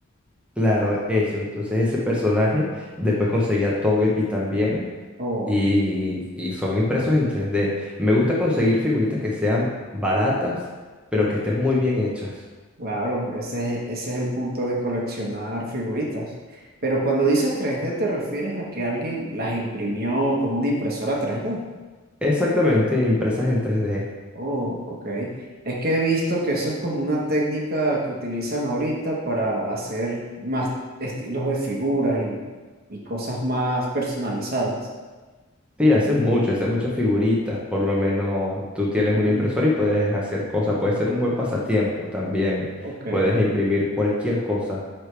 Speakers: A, in the centre; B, on the right (about 50°).
A: Claro, eso. Entonces ese personaje, después conseguí a Togepi también
B: Oh,
A: y, y son impresos en tres d Me gusta conseguir figuritas que sean baratas, pero que estén muy bien hechas.
B: claro, ese es, ese es el punto de coleccionar figuritas. Pero cuando dices tres d ¿te refieres a que alguien las imprimió con una impresora tres d
A: Exactamente, impresas en tres d
B: Oh, ok. Es que he visto que eso es como una técnica que utilizan ahorita para hacer más estilos de figuras y, y cosas más personalizadas.
A: Sí, hace mucho, hace muchas figuritas. Por lo menos tú tienes
B: Mm,
A: un impresor
B: mm.
A: y puedes hacer cosas. Puede ser un buen pasatiempo también.
B: Ok,
A: Puedes imprimir cualquier cosa.